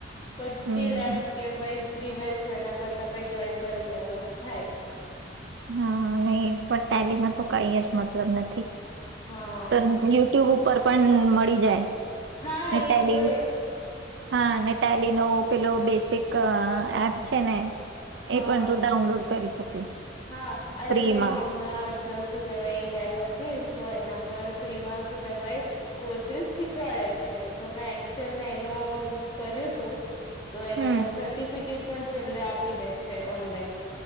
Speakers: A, on the left (about 25°); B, on the right (about 65°).
A: બટ
B: હમ
A: સ્ટીલ એમ કે ભઈ ફ્રી બેસવું એના કરતા કઈ જોઈન કરી લેવું એમ થાય.
B: હા, નહી પણ ટેલીમાં તો કઈ જ મતલબ નથી.
A: હા
B: તન ટ્યુબ ઉપર પણ મળી જાય
A: હા
B: ને
A: એ
B: ટેલિ
A: છે
B: હા, ને ટેલીનો પેલો બેસિક અ એપ છે ને
A: હા
B: એ પણ તું ડાઉનલોડ કરી શકે.
A: હા, અરેરે
B: ફ્રીમાં
A: મે હમ ણાં જ શું કેવાય એક એપ અતી શુ એના પર ફ્રીમાં શું કેવાય કોર્સિસ શીખવાડે છે, તો મેં એક્સેલને એનું કર્યુંતું. તો એનામાં
B: હમ
A: સર્ટિફિકેટ પણ છેલ્લે આપી દે છે ઓનલાઈન.